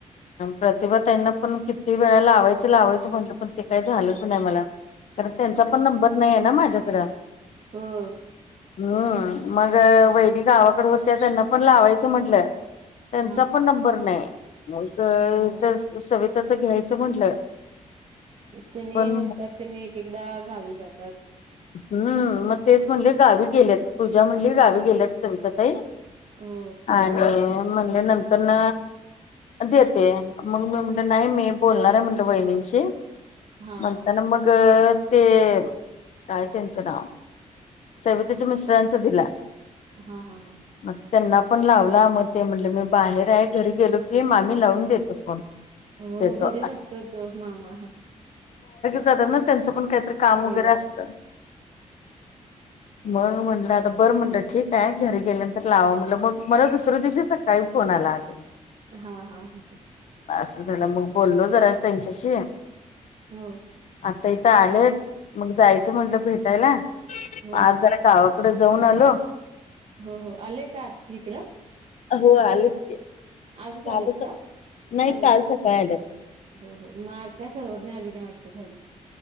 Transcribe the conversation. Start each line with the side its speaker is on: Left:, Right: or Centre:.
Left: प्रतिभा ताईंना पण किती वेळा लावायचं लावायचं म्हंटलं पण ते काही झालंच नाही मला कारण त्यांचा पण नंबर नाही आहे ना माझ्याकडं
Right: हम
Left: हम्म मग वैनी गावाकड होत्या त्यांना पण लावायचं म्हंटलं त्यांचा
Right: हा हा
Left: पण नंबर नाही मग
Right: हो
Left: सविताच घ्यायचं म्हटलं
Right: त्यांनी
Left: पण
Right: नसतात त्यांनी एक एकदा गावी जातात
Left: हम् मग तेच म्हणले गावी गेल्यात पूजा म्हणली गावी गेल्यात सविता ताई
Right: हो
Left: आणि म्हणले नंतरन देते मग मी म्हटलं नाही मी बोलणा रे म्हटलं वहिणींशी
Right: हा
Left: ममता
Right: हा
Left: न मग ते काय त्यांचं नाव सविताच्या मिस्टरांचा दिला
Right: हा हा हा
Left: मग त्यांना पण लावला मग ते म्हटले मी बाहेर आहे घरी गेलो की मामी लावून देतो फोन
Right: हो
Left: देतो
Right: घरी नसत तो मामा
Left: त्यांच पण काहीतर काम
Right: हो
Left: वगैरे असत मग म्हटलं आता बरं म्हटलं ठीक आहे घरी गेल्यांतर लावां म्हटलं मग मला दुसऱ्या दिवशी सकाळी फोन सलाट
Right: हा हा हा
Left: असं झालं मग बोललो जरा त्यांच्याशी
Right: हो
Left: आता इथं आलेत मग जायचं म्हटलं भेटायला
Right: हो
Left: आज
Right: हो
Left: जरा गावा तकडे जाऊन आलो
Right: हो हो आलंय का तिकडं
Left: हो आलेत की
Right: आजच
Left: कालच
Right: आलयत का
Left: नाही
Right: कालय
Left: काल सकाळी आलेत
Right: हो हो मग आज काय सर्वज्ञ आले नाही वाटत खाली